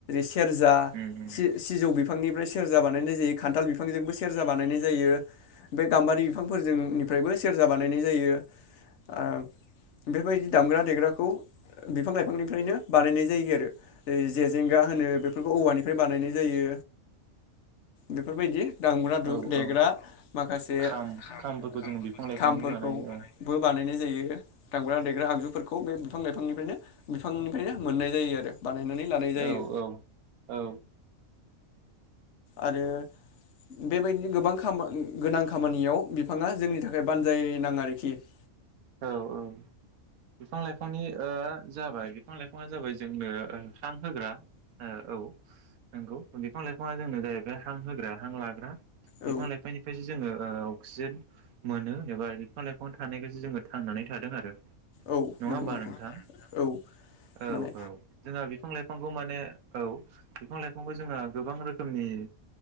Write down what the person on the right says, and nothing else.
उम उम
औ
औ
खाम
खामफोरखौ जोङो बिफां लाइफांनि
बानायो
औ
औ औ औ
औ औ बिफां लाइफांनि जाबाय बिफां लाइफाङा जाबाय जोंनो हां होग्रा औ नोंगौ बिफां लाइफां बिफाङा जोंनो जाहैबाय हां होग्रा हां लाग्रा
बिफां लाइफांनिफ्रायसो जोङो अक्सिजेन मोनो एबा बिफां लाइफां थानायखायसो जोङो थांनानै थादों आरो
नङा
होमबा नोंथां
औ
औ जोंहा बिफां लाइफांखौ माने औ बिफां लाइफांखौ जोंहा गोबां रोखोमनि